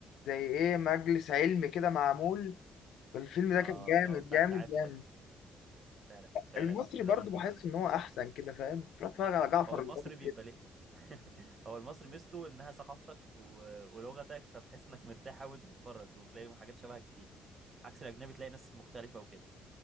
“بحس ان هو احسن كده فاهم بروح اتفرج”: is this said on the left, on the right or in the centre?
Left